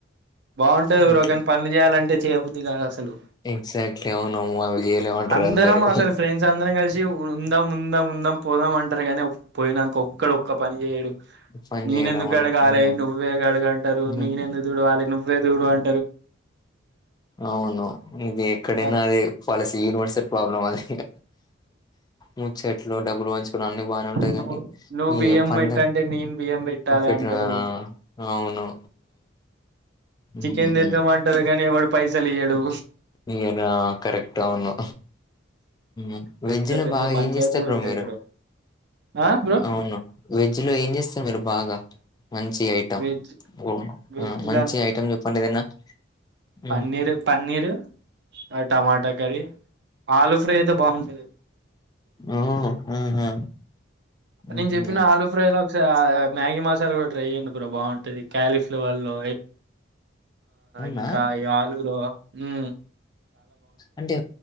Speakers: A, on the right; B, on the left.
A: బాగుంటది బ్రో
B: అట్లా.
A: కానీ పనులు జేయాలంటే చేయబుద్ది కాదుస లు
B: ఎగ్జాక్ట్‌లీ. అవునమ్మో! అవి చేయలేమంటారు
A: అందరం
B: అందరూ.
A: అసలు ఫ్రెండ్స్ అందరం కలిసి ఉందాం ఉందాం ఉందాం పోదామంటారు కానీ పోయినంక ఒక్కడు ఒక్క పని జేయడు
B: పని
A: నేనెందుకు
B: చేయరు. అవును.
A: కడగాలే
B: హ్మ్.
A: నువు నువే కడుగు అంటారు
B: హ్మ్.
A: నేనెందు తుడవాల నువ్వే తుడు అం
B: అవును ఇది ఎక్కడైనా
A: ఆ
B: అదే ఫాలసీ యనివర్స ప్రాబ్లమ్ అది ముచ్చట్లు డబ్బులు వంచుకు అన్ని బానే ఉంటాయి
A: నువ్వు
B: కాని
A: నువ్వు
B: ఈ
A: బియ్యం
B: పండగ
A: పెట్టంటే నేను బియ్యం పెట్టాలి
B: పెట్నా
A: అంటాడు
B: ఆ అవును హుహుహు.
A: చికెన్ తెద్దామంటారు కానీ ఎవడు పైసలు ఇయడు
B: ఇయానా కరెక్ట్ అవును ఆ
A: పెద్ద
B: వెజ్జిలో
A: పెద్ద
B: బాగా
A: పంచాయతీలు
B: ఏం చేస్తారు బ్రో
A: ఉంటాయి
B: మీరు
A: ఆ బ్రో
B: అవును వెజ్ లో ఏం చేస్తారూ మీరు బాగా మంచిగా
A: వెజ్
B: ఓ
A: వెజ్
B: మంచి ఐటమ్ చెప్పండి ఏదైనా ఓ
A: పన్నీరు పన్నీరు ఆ టమాటా కర్రీ ఆలు ఫ్రై అయితే బాగుంతుంది
B: ఓ ఆహా హుహు.
A: నేను చెప్పిన ఆలు ఫ్రై లో ఒకసారి మ్యాగీ మసాలా కూడా ట్రై చేయండి కూర బాగుంటుంది క్యాలీఫ్లవర్ లో
B: అవునా
A: ఇంకా ఈ ఆలులో హ్
B: అంటే